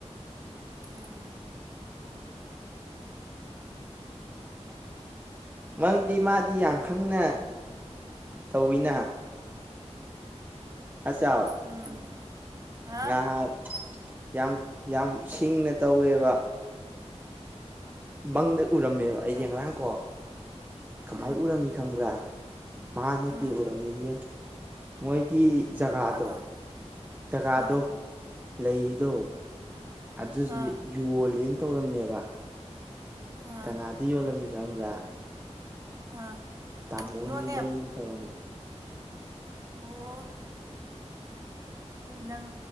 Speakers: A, on the right; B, on the right.
A: ꯎꯝ
B: ꯃꯔꯝꯗꯤ ꯃꯥꯗꯤ ꯌꯥꯝ ꯈꯪꯅ ꯇꯧꯋꯤꯅ ꯍꯆꯥꯎ <unintelligible>
A: ꯎꯝ ꯍꯥ
B: ꯅꯍꯥꯟ ꯌꯥꯝ ꯌꯥꯝ ꯁꯤꯡꯅ ꯇꯧꯋꯦꯕ ꯃꯪꯗ ꯎꯔꯝꯃꯦꯕ ꯑꯩꯒꯤ
A: ꯀꯩ
B: ꯉꯔꯥꯡꯀꯣ ꯀꯃꯥꯏ
A: ꯎꯝ
B: ꯎꯔꯝꯃꯤ ꯈꯪꯕ꯭ꯔꯥ ꯃꯥ ꯅꯠꯇꯦ
A: ꯎꯝ
B: ꯎꯔꯝꯃꯤꯁꯦ ꯃꯣꯏꯒꯤ ꯖꯒꯥꯗꯣ
A: ꯑꯃꯗꯣ
B: ꯖꯒꯥꯗꯣ
A: ꯑꯥ
B: ꯂꯩꯔꯤꯗꯣ ꯑꯗꯨꯗꯤ
A: ꯑꯥ
B: ꯌꯣꯜꯂꯦꯅ ꯇꯧꯔꯝꯃꯦꯕ
A: ꯑꯥ
B: ꯀꯅꯥꯗ ꯌꯣꯜꯂꯝꯃꯤ ꯈꯪꯕ꯭ꯔꯥ
A: ꯑꯥ
B: ꯇꯥꯃꯣꯅ ꯍꯣꯢꯅ
A: ꯅꯣ ꯅꯦꯝ
B: ꯂꯩꯌꯦꯅ ꯇꯧꯔꯝꯃꯦ
A: ꯑꯣ ꯅꯪ